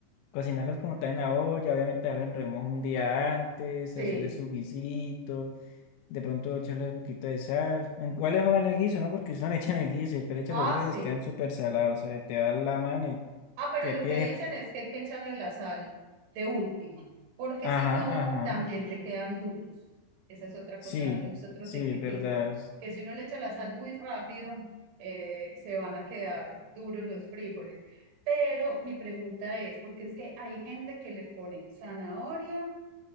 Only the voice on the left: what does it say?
cocinarlos como tal en la olla, obviamente darlo en remojo un día antes,
hacerle su guisito, de pronto echarle un poquito de sal. Igual les jodan el guiso, ¿no? Porque usan <laughs> echan el guiso y después le echan
los frijoles,
quedan súper salados, o sea, te da la mano y
que
pie.
Ajá,
ajá.
Sí,
sí,
verdad.